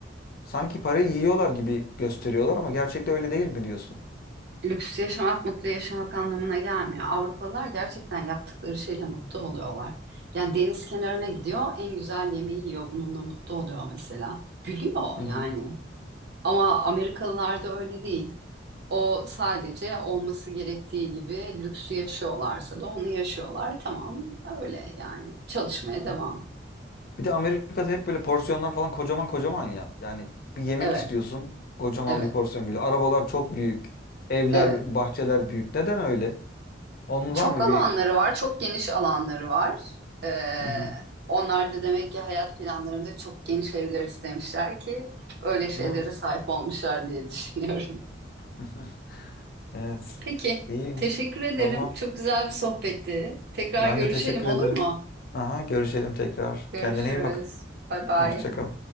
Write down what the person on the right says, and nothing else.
lüks yaşamak mutlu yaşamak anlamına gelmiyor. Avrupalılar gerçekten yaptıkları şeyle mutlu oluyorlar. Yani deniz kenarına gidiyor, en güzel yemeği yiyor, bununla mutlu oluyor mesela. Gülüyor
yani. Ama Amerikalılarda öyle değil. O sadece olması gerektiği gibi lüksü yaşıyorlarsa da onu yaşıyorlar. Tamam, öyle yani. Çalışmaya devam.
Evet,
evet,
evet.
Çok
alanları
var, çok geniş alanları var. Ee,
onlar da demek ki hayat planlarında çok geniş evler istemişler ki öyle şeylere
sahip olmuşlar diye <laughs> düşünüyorum.
Peki,
teşekkür ederim.
Çok güzel bir sohbetti. Tekrar
görüşelim
olur
mu?
Görüşürüz.
Bay bay.